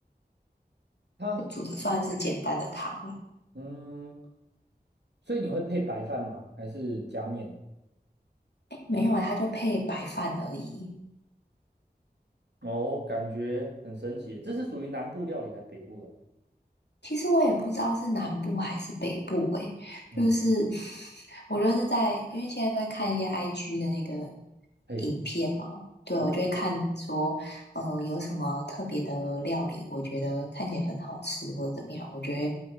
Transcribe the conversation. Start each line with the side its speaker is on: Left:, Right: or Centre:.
Right: 它
Left: 煮的算是简单的汤了。
Right: 嗯，所以你会配白饭吗？还是加面？
Left: 诶，没有啊，它就配白饭而已。
Right: 哦，感觉很神奇耶这是属于南部料理还是北部的啊
Left: 其实我也不知道是南部还是北部诶，
Right: 嗯，
Left: 就是 <laughs> 我就是在，因为现在都在看一些 IG 的那个
Right: 嘿，
Left: 影片嘛，对，
Right: 哦，
Left: 我就会看说，呃，有什么特别的料理，我觉得看起来很好吃或者怎么样，我就得